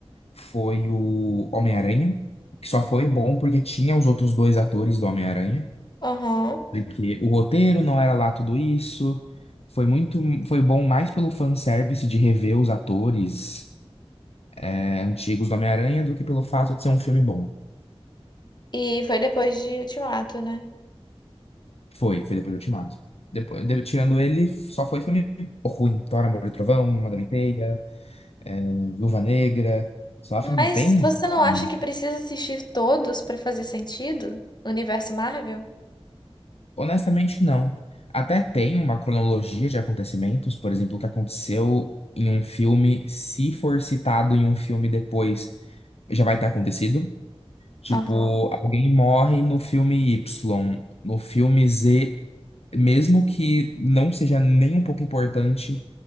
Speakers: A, on the left; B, on the left.
A: foi o Homem-Aranha. Que só foi bom porque tinha os outros dois atores do Homem-Aranha.
B: Aham.
A: Porque o roteiro não era lá tudo isso. Foi muito, foi bom mais pelo fanservice de rever os atores, é, antigos do Homem-Aranha do que pelo fato de ser um filme bom.
B: E foi depois de Ultimato, né?
A: Foi, foi depois do Ultimato. Depois, de- tirando ele, só foi filme ruim. Thor, Amor e Trovão, Madame Teia, Viúva Negra. Só
B: Mas
A: filme bem ruim,
B: você não
A: né?
B: acha que precisa assistir todos pra fazer sentido? No universo Marvel?
A: Honestamente, não. Até tem uma cronologia de acontecimentos, por exemplo, o que aconteceu em um filme, se for citado em um filme depois, já vai ter acontecido. Tipo,
B: Aham,
A: alguém morre no filme Y, no filme Z, mesmo que não seja nem um pouco importante,